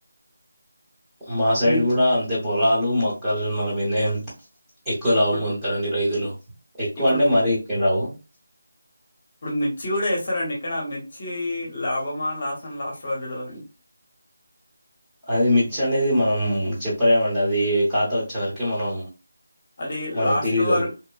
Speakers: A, in the centre; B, on the left.
A: మా సైడ్
B: మీ
A: కూడా అంతే పొలాలు మొ క మల మీద ఎక్కువ లాభం
B: ఇప్పుడు
A: పొందుతారండి రైతులు ఎక్కువ
B: ఇప్పుడు
A: అంటే మరీ ఎక్కువ రావు <inaudible>
B: ఇప్పుడు మిర్చి కూడా ఎస్తారండి ఇక్కడ మిర్చి లాభమా లాసం లాస్ట్ వరకు తెల్వదండి
A: అది మిర్చి అనేది మనం చెప్పలేమండి అది ఖాతా వచ్చే వరకి మనం
B: అది
A: మనకు
B: లాస్ట్
A: తెలియదు
B: వర్క్
A: అది